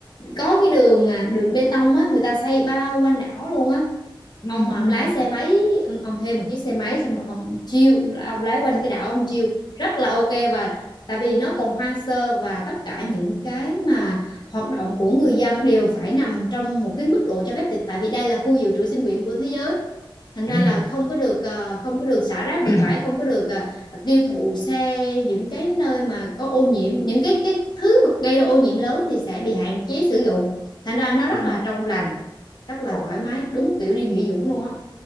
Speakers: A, on the left (about 55°); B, on the left (about 35°).
A: có cái đường à, đường bê tông á người ta xây bao quanh đảo luôn á
B: ừ
A: ông mà
B: ừ
A: ông lái xe máy ông ông thuê một chiếc xe máy xong rồi ông chiêu ông lái quanh cái đảo ông chiêu rất là ok và tại vì nó còn hoang sơ và tất cả những cái mà hoạt động của người dân đều phải nằm trong một cái mức độ cho phép tại vì đây là khu dự trữ sinh quyển của thế giới thành
B: ừ
A: ra là không có được ờ, không có được xả rác
B: <clears throat>
A: bừa bãi không có được ờ, tiêu thụ xe những cái nơi mà có ô nhiễm những cái cái thứ mà gây ra ô nhiễm lớn thì sẽ bị hạn chế sử dụng thành ra nó rất
B: ừ
A: là trong lành rất là
B: Ủa,
A: thoải mái đúng kiểu đi nghỉ dưỡng luôn á